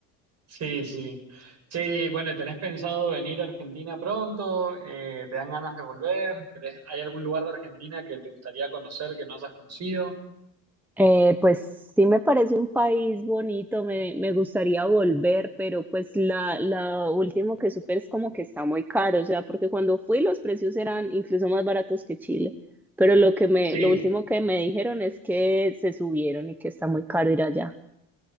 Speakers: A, on the right; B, in the centre.
A: Sí, sí. Sí, bueno, ¿tenés pensado venir a Argentina pronto? Eh, ¿te dan ganas de volver? ¿Querés- ¿Hay algún lugar de Argentina que te gustaría conocer que no hayas conocido?
B: Eh, pues sí me parece un país bonito, me, me gustaría volver, pero pues la, la último que supe es como que está muy caro, o sea, porque cuando fui los precios eran incluso más baratos que Chile, pero lo que me,
A: Sí,
B: lo último que me dijeron es que se subieron y que está muy caro ir allá.